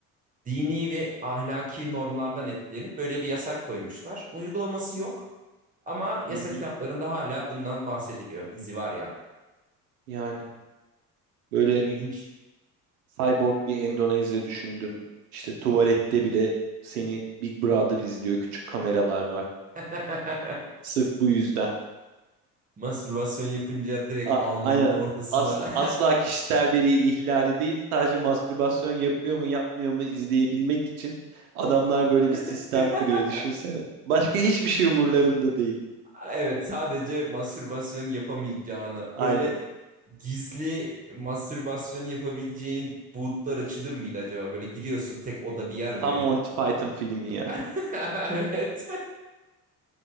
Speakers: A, on the right (about 20°); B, on the right (about 70°).
A: Dini ve ahlaki normlardan etkilenip böyle bir yasak koymuşlar. Uygulaması yok ama yasa
B: Hı hı.
A: kitaplarında hala bundan bahsediliyor. İzi var ya.
B: Yani böyle
A: İlginç.
B: cyborg bir Endonezya düşündüm. İşte tuvalette bile seni Big Brother izliyor. Küçük kameralar var.
A: <laughs>
B: Sırf bu yüzden.
A: Mastürbasyon yapınca direkt
B: A-
A: alnının
B: aynen.
A: ortasına.
B: Asla, asla kişisel veri ihlali değil. Sadece mastürbasyon yapıyor mu yapmıyor mu izleyebilmek için adamlar böyle bir sistem
A: <laughs>
B: kuruyor düşünsene. Başka hiçbir şey umurlarında değil.
A: Evet sadece mastürbasyon yapamayacağını
B: Aynen.
A: böyle gizli mastürbasyon yapabileceğin bootlar açılır mıydı acaba? Böyle giriyorsun tek oda bir yer
B: Tam
A: böyle.
B: Monty Python filmi ya.
A: <laughs> Evet.